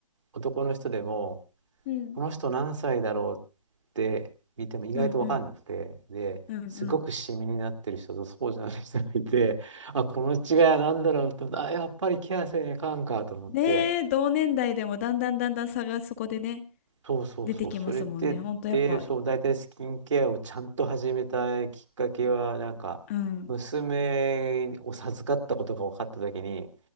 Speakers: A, on the right; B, on the left.
A: 男の人でも、
B: うん。
A: この人何歳だろうって見ても意外とわかんなくて、
B: うんうん。
A: で、
B: うんうん。
A: すごくシミになってる人とそうじゃない人がいて、あ、この違いは何だろうと、あ、やっぱりケアせねえかんかと思って、
B: ねえ、同年代でもだんだんだんだん差がそこでね、
A: そうそうそう、
B: 出てきますもんね。
A: それで、
B: ほんとやっぱ、
A: で、そう、大体スキンケアをちゃんと始めたきっかけは、なんか、
B: うん。
A: 娘を授かったことが分かった時に、